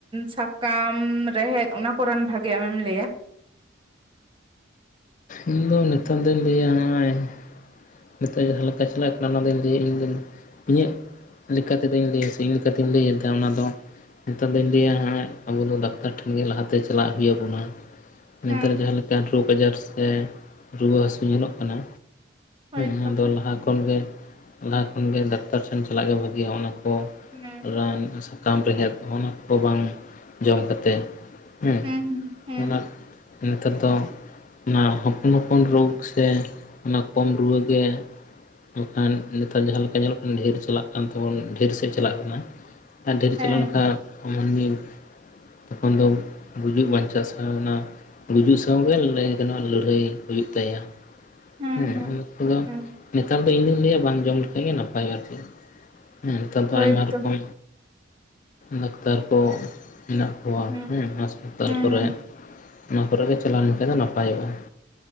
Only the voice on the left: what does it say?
ᱤᱧᱫᱚ ᱱᱤᱛᱚᱝ ᱫᱩᱧ ᱞᱟᱹᱭᱟ ᱱᱚᱜᱼᱚᱭ ᱱᱤᱛᱚᱜ ᱡᱟᱦᱟᱸ ᱞᱮᱠᱟ ᱪᱟᱞᱟᱜ ᱠᱟᱱᱟ ᱚᱱᱟ ᱫᱚᱧ ᱞᱟᱹᱭᱟ ᱤᱧ ᱫᱩᱧ ᱤᱧᱟᱹᱜ ᱞᱮᱠᱟ ᱛᱮᱫᱚᱧ ᱞᱟᱹᱭᱟ ᱥᱮ ᱤᱧ ᱞᱮᱠᱟᱛᱤᱧ ᱞᱟᱹᱭᱮᱫᱟ ᱚᱱᱟᱫᱚ ᱱᱮᱛᱟᱨ ᱫᱚᱧ ᱞᱟᱹᱭᱟ ᱦᱟᱸᱜ ᱟᱵᱚᱫᱚ ᱰᱟᱠᱛᱟᱨ ᱴᱷᱮᱱ ᱜᱮ ᱞᱟᱦᱟᱛᱮ ᱪᱟᱞᱟᱜ ᱦᱩᱭ ᱟᱵᱚᱱᱟ ᱱᱮᱛᱟᱨ
ᱡᱟᱦᱟᱸ ᱞᱮᱠᱟᱱ ᱨᱩᱜᱽ ᱟᱡᱟᱨ ᱥᱮ, ᱨᱩᱣᱟᱹ ᱦᱟᱹᱥᱩ ᱧᱮᱞᱚᱜ ᱠᱟᱱᱟ
ᱦᱮᱸ ᱟᱫᱚ ᱞᱟᱦᱟ ᱠᱷᱚᱱ ᱜᱮ ᱞᱟᱦᱟ ᱠᱷᱚᱱ ᱜᱮ ᱰᱟᱠᱛᱟᱨ ᱴᱷᱮᱱ ᱪᱟᱞᱟᱜ ᱜᱮ ᱵᱷᱟᱜᱤ ᱚᱱᱟ ᱠᱚ
ᱨᱟᱱ ᱥᱟᱠᱟᱢ, ᱨᱮᱦᱮᱫ ᱚᱱᱟ ᱠᱚ ᱵᱟᱝ ᱡᱚᱢ ᱠᱟᱛᱮᱜ ᱦᱮᱸ
ᱚᱱᱟ ᱱᱮᱛᱟᱨ ᱫᱚ ᱚᱱᱟ ᱦᱚᱯᱚᱱ ᱦᱚᱯᱚᱱ ᱨᱳᱜᱽ ᱥᱮ ᱚᱱᱟ ᱠᱚᱢ ᱨᱩᱣᱟᱹ ᱜᱮ ᱵᱟᱠᱷᱟᱱ ᱱᱮᱛᱟᱨ ᱡᱟᱦᱟᱸ ᱞᱮᱠᱟ ᱧᱮᱞᱚᱜ ᱠᱟᱱᱟ ᱰᱷᱮᱨ ᱪᱟᱞᱟᱜ ᱠᱟᱱ ᱛᱟᱵᱚᱱ ᱰᱷᱮᱨ ᱥᱮᱫ ᱪᱟᱞᱟᱜ ᱠᱟᱱᱟ ᱟᱨ ᱰᱷᱮᱨ
ᱪᱟᱞᱟᱣ ᱞᱮᱱᱠᱷᱟᱱ ᱢᱟᱹᱱᱢᱤ ᱛᱚᱠᱷᱚᱱ ᱫᱚ ᱜᱩᱡᱩᱜ ᱵᱟᱧᱪᱟᱜ ᱥᱟᱶ ᱚᱱᱟ ᱜᱩᱡᱩᱜ ᱥᱟᱶᱜᱮ ᱞᱟᱹᱭ ᱜᱟᱱᱚᱟ ᱞᱟᱹᱲᱦᱟᱹᱭ ᱦᱩᱭᱩᱜ ᱛᱟᱭᱟ,
ᱦᱮᱸ
ᱚᱱᱟ ᱠᱚᱫᱚ
ᱱᱮᱛᱟᱨ ᱫᱚ ᱤᱧ ᱫᱩᱧ ᱞᱟᱹᱭᱟ ᱵᱟᱝ ᱡᱚᱢ ᱞᱮᱠᱷᱟ ᱜᱮ ᱱᱟᱯᱟᱭᱚᱜᱼᱟ ᱟᱨᱠᱤ, ᱦᱮᱸ ᱱᱮᱛᱟᱨ ᱫᱚ
ᱟᱭᱢᱟ ᱨᱚᱠᱚᱢ ᱰᱟᱠᱛᱟᱨ ᱠᱚ ᱦᱮᱱᱟᱜ ᱠᱚᱣᱟ
ᱦᱮᱸ ᱟᱥᱯᱟᱛᱟᱞ
ᱠᱚᱨᱮ
ᱚᱱᱟ ᱠᱚᱨᱮ ᱜᱮ ᱪᱟᱞᱟᱣ ᱞᱮᱱᱠᱷᱟᱡ ᱫᱚ ᱱᱟᱯᱟᱭᱚᱜᱼᱟ ᱾